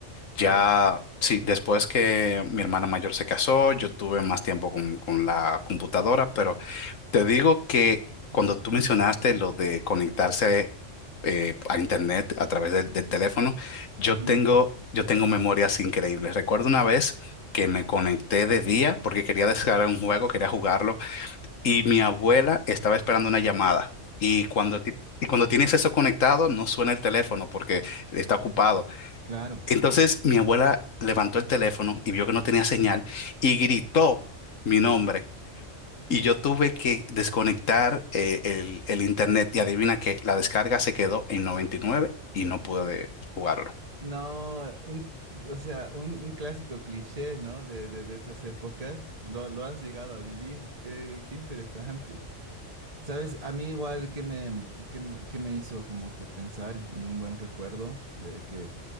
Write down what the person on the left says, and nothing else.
Ya,
sí, después que mi hermana mayor se casó, yo tuve más tiempo con, con la computadora, pero Te digo que cuando tú mencionaste lo de conectarse eh, a internet a través del, del teléfono, yo
tengo, yo tengo memorias increíbles. Recuerdo una vez que me conecté de día porque quería descargar un juego, quería jugarlo, y mi abuela estaba esperando una llamada. Y cuando, ti- y cuando tienes eso conectado, no suena el teléfono porque está ocupado.
Entonces mi abuela levantó el teléfono y vio que no tenía señal y gritó mi nombre. Y yo tuve que desconectar eh, el, el internet y adivina qué, la descarga se quedó en 99 y nueve y no pude jugarlo.